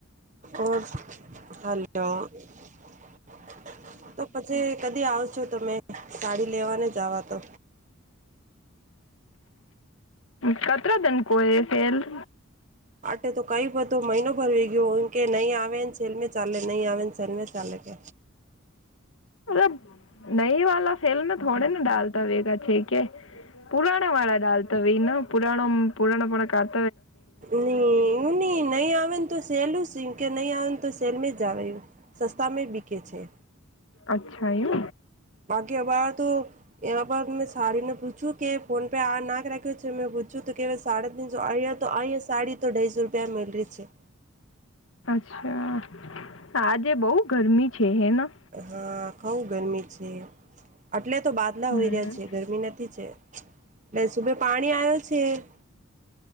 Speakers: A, on the right; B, on the left.
A: ઓર <unintelligible> હાલો <inaudible> તો પછી કદી આવશો તમે? સાડી લેવાને જવા તો
B: કતરા દન <inaudible> કોઈ ફલ <unintelligible>
A: આટ તો કઈ બધ મહિનો ભરવી ગયો કે નહી આવે ને છેલમે ચાલે નહી આવે ને છેલમે ચાલે <inaudible>
B: મબ <inaudible> નહી વાા ફેલ <inaudible> મે થોડે નાને ડાલ દ <inaudible> વવેગા છેકે <inaudible> પુરાણ વાળા દાલ તોવે ના પુરાણો પુરાણો પણ <unintelligible>
A: ન એું નહ નહી આવે ને તો સહેલું છે કે નહી આવે ને તો સલમે જવું સસ્તામાં બિકે છે.
B: અચ્છા એમ.
A: બાકી અર તો એવા પર મેં સાારીને પૂછ્યું કે ફોન પે આ નાખ રાખ્યો છે મેં પૂછ્યું કે સાડા તનસો અહીિયાયા તો અહીિયાં સાડી થઈસો <inaudible> રૂપિયા મેળ <inaudible> છેે.
B: અચ્છા આજે બહુ ગરમી છે. હેના
A: હા બહુ ગરમી છે. એટલે તો બાદલા
B: હમ.
A: હોય રહ્યા છે ગરમી નથી છે એટલે સુબહે પાણી આવ્યો છે. છે.